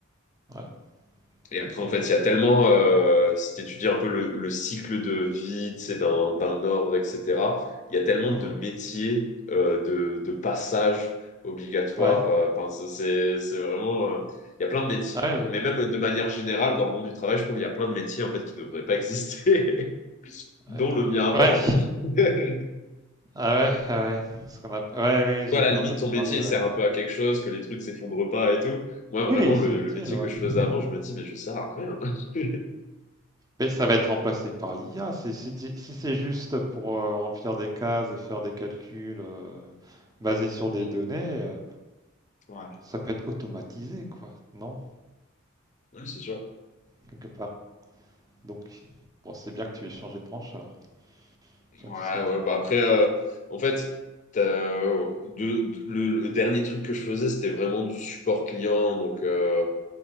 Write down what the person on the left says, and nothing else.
Et après,
en fait, il y a tellement, euh, si tu étudies un peu le, le cycle de vie, tu sais, d'un, d'un ordre, etc., il y a tellement
de métiers, euh, de, de passages obligatoires.
euh, Enfin, c'est, c'est c'est vraiment, euh, il y a plein de métiers.
Mais même de manière générale, dans le monde du travail, je trouve qu'il y a plein de métiers, en fait, qui ne devraient pas exister, <laughs> dont
le mien avant.
hein. <laughs>
Toi,
à la
limite,
ton
métier, il
sert un peu à quelque chose, que les trucs s'effondrent pas et tout. Moi,
vraiment,
le,
le métier
que je faisais avant,
je me dis, mais je sers à rien. <laughs>
Mm.
Ouais.
Oui, c'est sûr.
Ouais,
ouais, bah
après, euh, en fait, t'as, de, de- le, le dernier truc que je faisais, c'était vraiment du support client. Donc, euh,